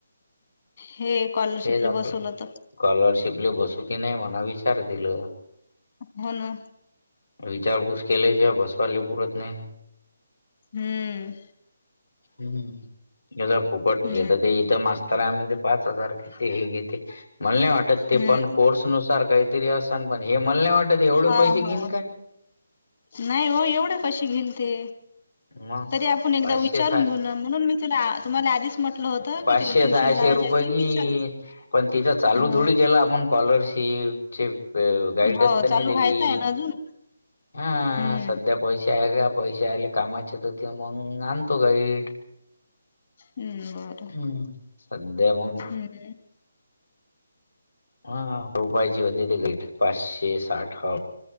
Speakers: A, on the left (about 55°); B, on the left (about 85°).
A: हे. स्कॉलरशिपले
B: हेच आपलं,
A: बसवलं तर
B: स्कॉलरशिपले बसू की नाही म्हणाव विचार तील.
A: हो ना.
B: विचारपूस केल्याशिवाय बसवाली पुरत नाही.
A: हम्म.
B: हम्म हेज्या फुकट
A: हम्म
B: हे तर देही तर मास्टर आणून दे पाच हजार घेते हे घेते, मला नाही वाटत ते
A: हम्म
B: पण कोर्स नुसार. तरी असन पण हे, मला नाही वाटत एवढे
A: हा
B: पैसे घेईन
A: हा
B: काय?
A: नाही हो, एवढे कशी घेईल ते.
B: मग
A: तरी आपण एकदा
B: पाचशे
A: विचारून
B: सहा
A: घेऊन म्हणून, मी तुला तुम्हाला आधीच म्हटलं होतं.
B: पाचशे
A: की तिला ट्युशन
B: सहाशे
A: लावायच्या
B: रुपये
A: आधी
B: घेईल,
A: विचार
B: पण तिचां चालू
A: ह
B: थोडी केला आपण स्कॉलरशिप. <unintelligible> अं गाईडच
A: हो
B: त्यांनी
A: चालू
B: दिली.
A: व्हायचं आहे ना अजून
B: हा
A: हम्म
B: सध्या पैसे आहे का पैसे आले कामाचे तर, ते मग आणतो गाईड.
A: हम्म बर.
B: हम्म. सध्या मग
A: ह
B: हा रुपयाची होते ते ग्रिट पाचशे साठ हो.